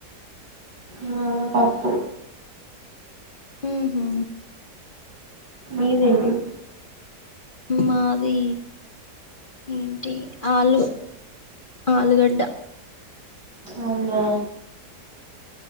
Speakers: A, on the right; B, on the left.
A: నాలా పాప్పు
B: ఊహూ
A: మీదేంటి
B: మాది ఏంటి ఆలూ ఆలుగడ్డ
A: అవునా